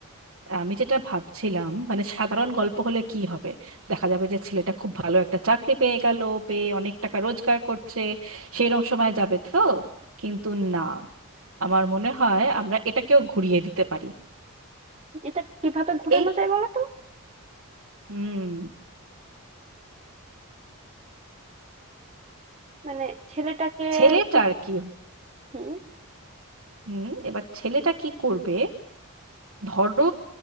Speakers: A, on the right (about 60°); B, on the right (about 30°).
A: আমি যেটা ভাবছিলাম মানে সাধারণ গল্প হলে কি হবে দেখা যাবে যে ছেলেটা খুব ভালো একটা চাকরি পেয়ে গেল পেয়ে অনেক টাকা রোজগার করছে সেরম সময় যাবে তো কিন্তু না আমার মনে হয় আমরা এটাকেও ঘুরিয়ে দিতে পারি
B: এটা কিভাবে ঘোরানো
A: এই
B: যায় বলো তো
A: হুম
B: মানে ছেলেটাকে
A: ছেলেটার
B: কি
A: কি
B: হুম
A: হুম এবার ছেলেটা কি করবে ধরো